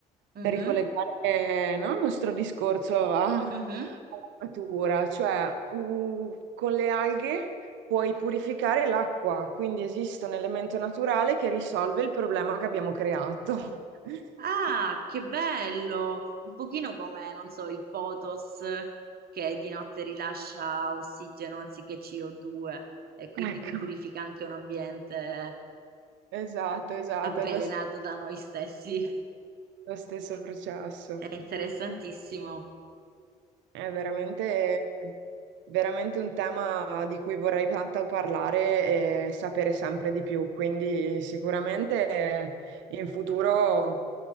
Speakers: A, on the right; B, on the right.
A: Mhm,
B: per ricollegare, no, il nostro discorso a- alla
A: mhm.
B: natura, cioè mm, con le alghe puoi purificare l'acqua, quindi esiste un elemento naturale che risolve il problema che abbiamo creato. <laughs>
A: Ah, che bello! Un pochino come, non so, il Potos che di notte rilascia ossigeno anziché CO2 e quindi
B: Ecco.
A: ti purifica anche un ambiente
B: Esatto, esatto,
A: avvelenato
B: è lo, st-
A: da noi stessi.
B: lo stesso processo.
A: È interessantissimo.
B: È veramente, veramente un tema di cui vorrei tanto parlare e sapere sempre di più, quindi sicuramente eh, in futuro